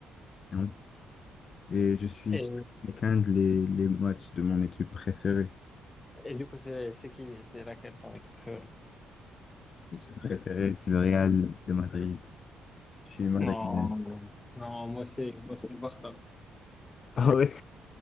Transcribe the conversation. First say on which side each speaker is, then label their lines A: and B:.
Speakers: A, on the left; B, on the left.
A: hein. Et je suis
B: Et,
A: ce week-end les, les matchs de mon équipe préférée.
B: et du coup, c'est c'est qui? C'est laquelle ton équipe préférée?
A: L'équipe préférée, c'est le Real de Madrid. Je suis madrilène.
B: Non, non. moi, c'est moi, c'est le Barça.
A: <laughs> Ah ouais?